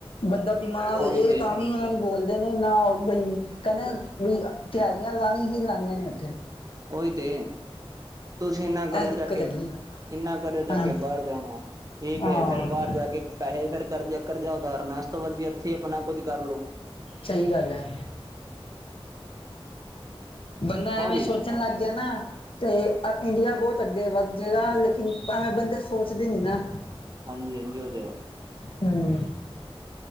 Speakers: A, on the left; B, on the right.
A: ਬੰਦਾ ਬਿਮਾਰ ਹੋ
B: ਉਹੀ
A: ਜਾਏ
B: ਤੇ
A: ਤਾਂ ਵੀ ਉਹਨਾ ਨੂੰ ਬੋਲਦੇ ਨੇ ਨਾ ਬਈ। ਕਹਿੰਦੇ ਵੀ ਦਿਹਾੜੀਆਂ ਲਾਣੀ ਹੀ ਲਾਣੀਆਂ ਨੇ ਉੱਥੇ।
B: ਉਹੀ ਤੇ ਤੁਸੀਂ ਇੰਨਾ
A: ਇਹ
B: ਕਰਜਾ
A: ਦਿੱਕਤ
B: ਚੱਕ ਕੇ।
A: ਹੈਗੀ
B: ਇੰਨਾ ਕਰਜ਼ਾ ਚੱਕ
A: ਹਾਂ
B: ਕੇ ਬਾਹਰ ਜਾਣਾ ਠੀਕ
A: ਹਾਂ
B: ਏ ਫੇਰ ਬਾਹਰ ਜਾ ਕੇ ਪੈਸੇ ਫੇਰ ਕਰਜਾ। ਕਰਜਾ ਉਤਾਰਨਾ ਐਸ ਤੋਂ ਵਧੀਆ ਐਥੇ ਈ ਆਪਨਾ ਕੁੱਝ ਕਰ ਲੋੋ
A: ਸਹੀ ਗੱਲ ਹੈ ਬੰਦਾ
B: ਹਾਂਜੀ
A: ਐਵੇਂ ਸੋਚਣ ਲੱਗ ਗਿਆ ਨਾ ਤੇ ਅ ਇੰਡੀਆ ਬੋਤ ਅੱਗੇ ਵੱਧ ਜਏਗਾ ਲੇਕਿਨ ਸਾਂਵੇ ਬੰਦੇ ਸੋਚਦੇ ਨੀ ਨਾ
B: ਹਾਂਜੀ ਹਾਂਜੀ ਉਹ ਤੇ ਹੈ
A: ਹਮ